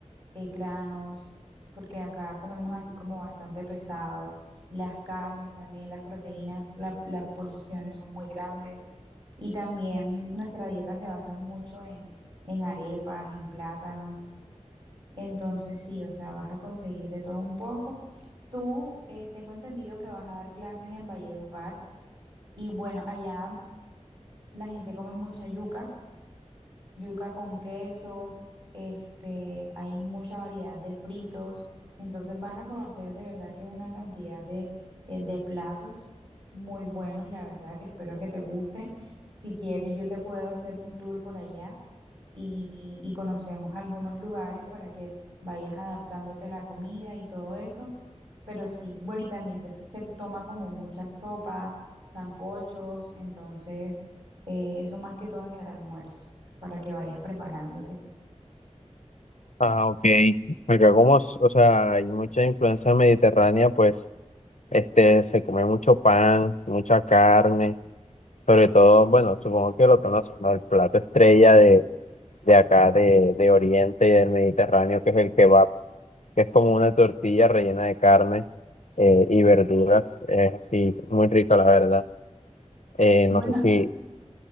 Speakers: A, on the right (about 45°); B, on the left (about 80°).
A: eh, granos, porque acá comemos así como bastante pesado, las carnes también, las proteínas, la- las porciones son muy grandes y también nuestra dieta se basa mucho en, en arepas, en plátanos. Entonces sí, o sea, vas a conseguir de todo un poco. Tú, eh, tengo entendido que vas a dar clases en Valledupar y bueno, allá la gente come mucha yuca, yuca con queso, este, hay mucha variedad de fritos, entonces vas a conocer de verdad que una cantidad de, eh, de platos muy buenos, la verdad, que espero que te gusten. Si quieres, yo te puedo hacer un tour por allá y, y conocemos algunos lugares para que vayas adaptándote a la comida y todo eso. Pero sí, bueno, y también se, se toma como mucha sopa, sancochos, entonces eh, eso más que todo en el almuerzo, para que vayas preparándote.
B: Ah, ok. Acá como, s- o sea, hay mucha influencia mediterránea, pues, este, se come mucho pan, mucha carne, sobre todo, bueno, supongo que lo conoces, ¿no? El plato estrella de, de acá, de, de Oriente y del Mediterráneo, que es el kebab, que es como una tortilla rellena de carne eh, y verduras, es así, muy rica, la verdad. Eh,
A: Bueno,
B: no sé si,